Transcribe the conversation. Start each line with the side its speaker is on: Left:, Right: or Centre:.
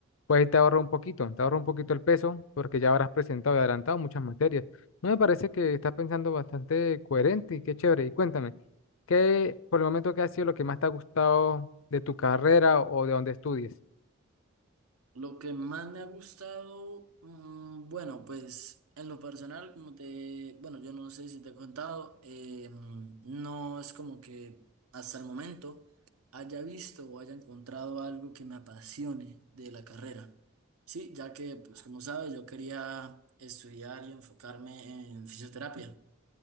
Left: pues ahí te ahorra un poquito, te ahorra un poquito el peso porque ya habrás presentado y adelantado muchas materias. No me parece que estás pensando bastante coherente y qué chévere. Y cuéntame, ¿qué por el momento qué ha sido lo que más te ha gustado de tu carrera o de donde estudies?
Right: Lo que más me ha gustado, mm, bueno, pues en lo personal, como te, bueno, yo no sé si te he contado, eh, mm, no es como que hasta el momento haya visto o haya encontrado algo que me apasione de la carrera. Sí, ya que, pues como sabes, yo quería estudiar y enfocarme en fisioterapia.